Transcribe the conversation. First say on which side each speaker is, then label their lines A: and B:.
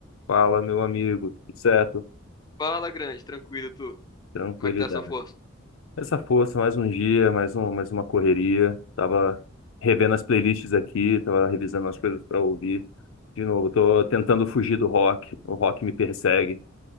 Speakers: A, on the left; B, on the left.
A: Fala, meu amigo, tudo certo?
B: Fala, grande, tranquilo, tu.
A: Tranquilidade.
B: Como é que tá essa força?
A: Essa força, mais um dia, mais um, mais uma correria. Tava revendo as playlists aqui, tava revisando as coisas para ouvir. De novo, tô tentando fugir do rock. O rock me persegue.